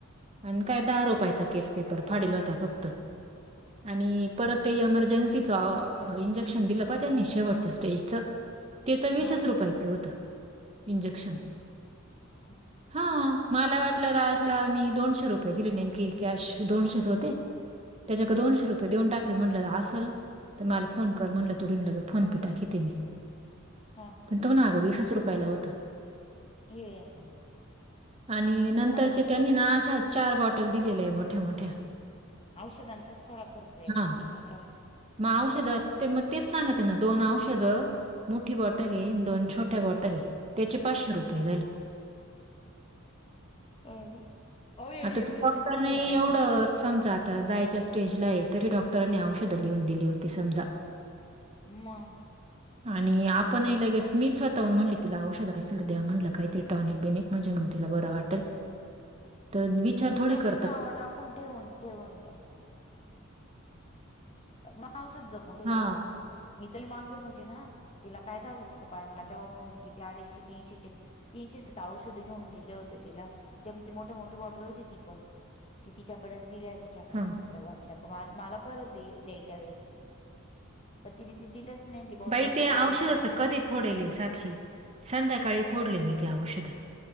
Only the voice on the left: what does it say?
हा
हा
हा
अम
हा
हा
ये बाबा
मग काहीच नाही
औषधांचाच थोडा खर्च आहे
बाकी नाही काय
हम्म
अहो याने
एवढी
एवढी
पण नाही आणली
मग
ते
तसेच
नावावर टाकून ठेवून ठेवून द्या मग औषध जपून ठेलं
होत तिचं मी तरी मागे म्हणजे ना तिला काय झालं तिचा पाय मग तेव्हा पण मी किती अडीचशे तीनशे चे तीनशेच औषध घेऊन दिले होते तिला त्या मोठे मोठी बॉटल होती ती पण ती तिच्याकडेच दिली ते कडे
बाटल्या मला परत देईल यायच्या वेळेस तर तिने ते दिलेच नाही बॉटल
पण जाऊ
म्हटले